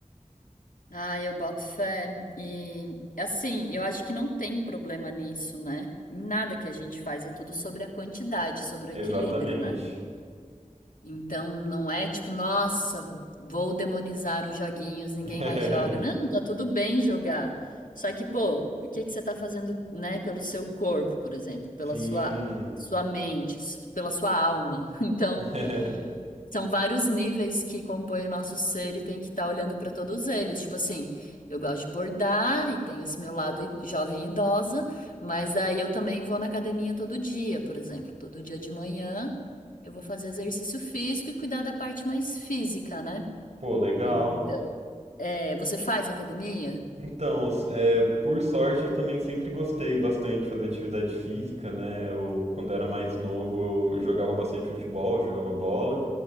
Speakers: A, on the left; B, on the right.
A: Ah, eu boto fé. E assim, eu acho que não tem problema nisso, né? Nada que a gente faz é tudo sobre a quantidade, sobre o equilíbrio,
B: Exatamente.
A: né? Então não é tipo, nossa, vou demonizar os joguinhos, ninguém
B: <laughs>
A: mais joga. Não, tá tudo bem jogar. Só que, pô, o que que você tá fazendo, né, pelo seu corpo, por exemplo, pela
B: Sim.
A: sua sua mente, s- pela sua alma. <laughs> Então,
B: <laughs>
A: São vários níveis que compõem o nosso ser e tem que estar olhando para todos eles. Tipo assim, eu gosto de bordar e tenho esse meu lado i- jovem e idosa, mas aí eu também vou na academia todo dia, por exemplo. Todo dia de manhã eu vou fazer exercício físico e cuidar da parte mais física, né?
B: Pô, legal.
A: Então, é, você faz academia?
B: Então, s- é, por sorte, eu também sempre gostei bastante de fazer atividade física, né? Eu, quando era mais novo, eu jogava bastante futebol, jogava bola,